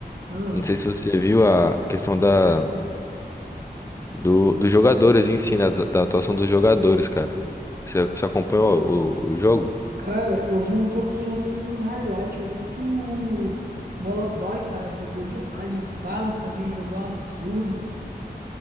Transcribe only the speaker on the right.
Ah.
Cara, eu vi um pouquinho assim dos highlights. Eu vi que o Molodói, cara, jogou demais. O Fallen também jogou um absurdo.